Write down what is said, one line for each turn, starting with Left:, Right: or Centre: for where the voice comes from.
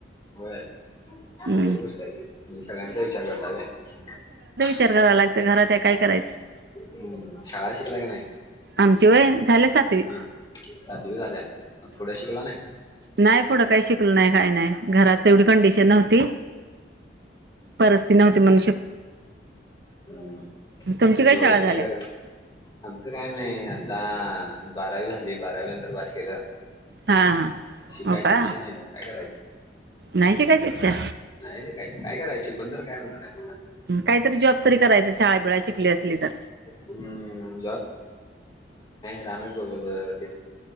Left: होय सांगल
Right: हम्म
Left: गोष्ट म्ह सगळ्यांचा विचार करता का?
Right: चार कराय लागते घरात काय करायचं
Left: हम्म शाळा शिकला काी नाही.
Right: आमय झा सात वी
Left: हा सातवी झाल्या पुढे शिकला नाही.
Right: नाही पुढ काही शिकल नाही का नाही घरात तेवढी कंडिशन न्हवती. असते नाव्ह मन
Left: ह
Right: तुमची
Left: तुमचे वडील
Right: शाळा झाल्या
Left: काय करात आमचं काय नाही. द बारावी झाली बारावी नंतर पास केलं.
Right: हा हा
Left: शिकायची
Right: हो का
Left: इच्छा नाही काय करायच
Right: नाही शिकायची इच्छा
Left: नाहीयच काय करायच शिकून तर <inaudible>
Right: काहीतरी जॉब तरी करायचं शाळे बिळा शिकली असली तर
Left: हम्म चॅन वगैर